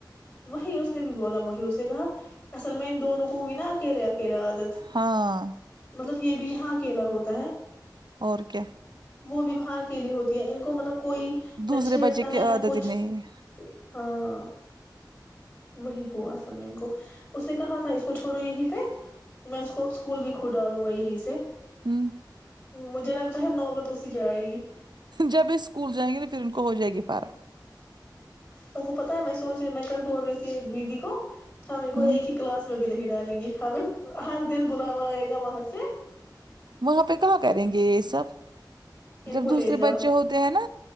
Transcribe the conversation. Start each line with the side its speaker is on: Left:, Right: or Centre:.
Left: وہی اس نے بھی بولا وہی اس نے کہا اصل میں دونوں کو بھی نا اکیلے اکیلاے عادت
Right: ہاں
Left: مطلب یہ بھی یہاں اکیلا ہوتا ہے
Right: اور کیا
Left: وہ بی واہ کے لیے ہوتی ہے ان کو مطلب کوئی نہ
Right: دوسرے
Left: چھیڑتا
Right: بچے کی
Left: ہے
Right: عادت
Left: نہ کچھ
Right: ہی نہیں ہے
Left: ہاں وہی ہو اصل میں ان کو اس نے کہا تھا اس کو چھوڑو یہی پہ میں اس کو اسکول بھی کھ ڈالوں گا یہیں سے
Right: ہوں
Left: مجھے لگتا ہے نوبت اسی پہ آئے گی
Right: جب یہ اسکول جائیں گے نا پھر ان کو ہو جائے گی فرق
Left: آپ کو پتا ہے میں سوچ رہی میں کل بول رہی تھی ایک دیدی کو ہ م کو
Right: ہوں
Left: ایک کلاس میں بھی نہیں ڈالیں گی ہمیں ہر دن بلاوا آئے گا وہاں سے
Right: وہاں پہ کہاں کریں گے یہ سب
Left: ان
Right: جب
Left: کو
Right: دوسرے
Left: لے جاؤ
Right: بچے ہوتے ہیں نا